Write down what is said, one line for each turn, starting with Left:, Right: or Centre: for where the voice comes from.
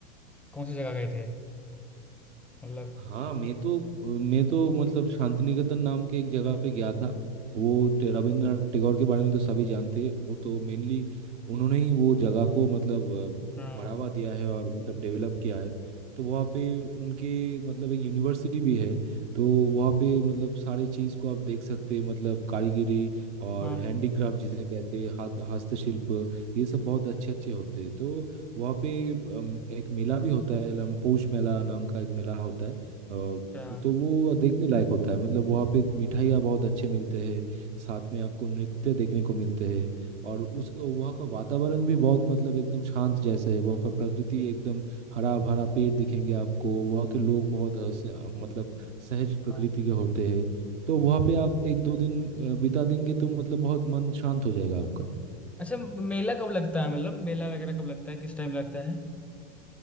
Centre: कौन सी जगह गए थे मतलब
Right: हाँ मैं तो मैं तो मतलब शांतिनिकेतन नाम के एक जगह पे गया था वो ते- रविंद्रनाथ टैगोर के बारे में तो सभी जानते हैं वो तो मेनली उन्होंने ही वो जगह को मतलब अ,
Centre: हाँ
Right: बढ़ावा दिया है और मतलब
Centre: हम्म,
Right: डेवलप किया है तो वहाँ पे उनके मतलब एक यूनिवर्सिटी भी है तो वहाँ पे मतलब सारे चीज़ को आप देख सकते हैं मतलब कारीगरी और
Centre: हाँ हम्म,
Right: हैंडीक्राफ्ट जिसे कहते हैं हाथ हस्तशिल्प ये सब बहुत अच्छे अच्छे होते हैं तो वहाँ पे अम, एक मेला भी होता है नाम पौष मेला नाम का एक मेला होता है अ,
Centre: अच्छा
Right: तो वो देखने लायक होता है मतलब वहाँ पे मिठाइयाँ बहुत अच्छे मिलते हैं साथ में आपको नृत्य देखने को मिलते हैं और उस वहाँ का वातावरण भी बहुत मतलब एकदम शांत जैसे है वहाँ का प्रकृति एकदम हरा भरा पेड़ दिखेंगे आपको वहाँ के लोग बहुत अ, स- अ, मतलब सहज प्रकृति
Centre: हाँ
Right: के होते हैं तो वहाँ पे आप एक दो दिन अ, बिता देंगे तो मतलब बहुत मन शांत हो जाएगा आपका
Centre: अच्छा मेला कब लगता है मतलब मेला वगैरह कब लगता है किस टाइम लगता है